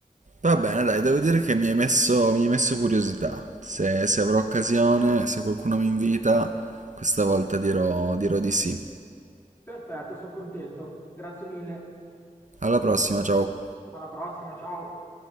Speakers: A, on the right (about 55°); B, on the left (about 15°).
A: Va bene, dai, devo dire che mi hai messo, mi hai messo curiosità. Se, se avrò occasione, se qualcuno mi invita, questa volta dirò dirò di sì.
B: Perfetto, sono contento. Grazie mille.
A: Alla prossima, ciao!
B: Alla prossima, ciao.